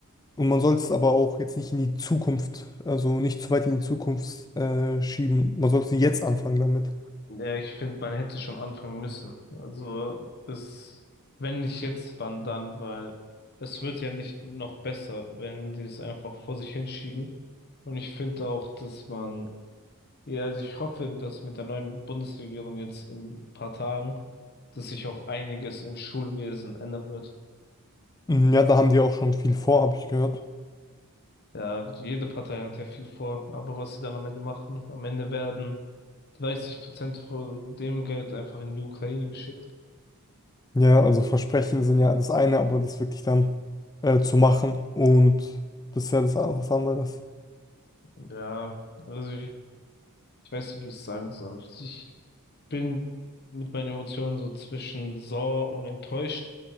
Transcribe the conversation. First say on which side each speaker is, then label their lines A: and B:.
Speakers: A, on the left; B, on the left.
A: Und man soll es aber auch jetzt nicht in die Zukunft, also nicht zu weit in die Zukunft äh, schieben. Man sollte jetzt anfangen damit.
B: Ja, ich finde, man hätte schon anfangen müssen. Also, das, wenn nicht jetzt, wann dann, weil es wird ja nicht noch besser, wenn die es einfach vor sich hinschieben. Und ich finde auch, dass man, ja, also ich hoffe, dass mit der neuen Bundesregierung jetzt in ein paar Tagen, dass sich auch einiges im Schulwesen ändern wird.
A: Mm, Ja, da haben die auch schon viel vor, habe ich gehört.
B: Ja, jede Partei hat ja viel vor, aber was sie dann am Ende machen, am Ende werden 30 Prozent von dem Geld einfach in die Ukraine geschickt.
A: Ja, also Versprechen sind ja das eine, aber das wirklich dann äh, zu machen und das ist ja das was anderes.
B: Ja, also Ich weiß nicht, wie ich es sagen soll. Ich bin mit meinen Emotionen so zwischen sauer und enttäuscht,